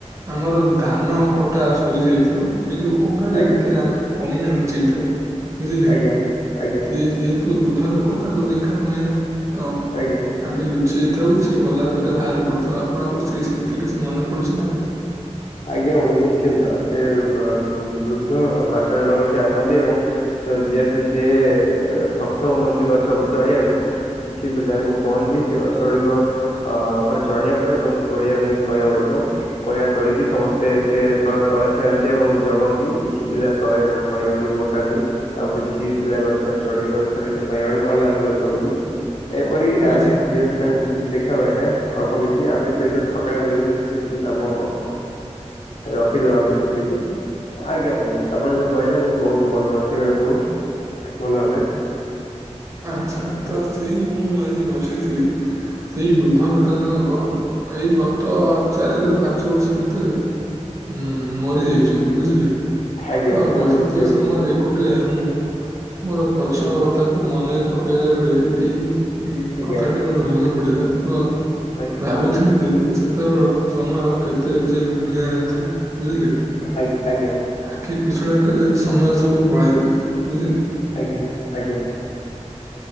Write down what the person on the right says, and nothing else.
ଆମର ଧାନ କଟା ସରିଯାଇଥିବ ସେ ଯୋଉ ଅଗାଡି
ଭିତରେ ଆମେ କଇଁଆ ଲୁଚେଇ ଥାଉ। ବୁଝିଲେ କି
ସେ ଯେହେତୁ ବୃଦ୍ଧ ଲୋକ ତାକୁ ଦେଖା ହୁଏ ନା ତ
ଆମେ ଲୁଚେଇଥାଉ ସେ ଗଲା ପରେ ବାହାର ଗୋଟେ ଥର ଆପଣଙ୍କର ସେଇ ସ୍ମୃତି କିଛି ମନେ ପଡୁଚି ନା ନାଇଁ।
ଆଚ୍ଛା
ଆଚ୍ଛା ତ ସେଇ ମୁଁ ଆଜି ବସିଥିଲି ସେଇ ବୃଦ୍ଧ ନେତା ଜଣକ ଏଇ ଗତ ଚାରିରୁୁ ପାଞ୍ଚ ବର୍ଷ ଭିତରେ। ଉଁ ମରିଯାଇଛନ୍ତି ବୁଝିଲେ।
ତ
ବସିଥିବା
ସମୟରେ ଏକୁଟିଆ ମୁଁ କୁ ମୋର ପଛୁ
କଥାକୁ ମନେ ପକେଇଲା ବେଳେ ଏଇ ଉଁ
କଥାଟି ମୋର ମନେ ପଡିଲା ଓ
ଭାବୁଥିଲି ଯେ ସେତେବେଳ ସମୟ କେତେ ଯେ ନିଆ ଥିଲା ବୁଝିଲେ। କି?
ଆଖି ପିଛୁଳାକେରେ ସମୟ ସବୁ ପଳେଇଲା ବୁଝିଲେ।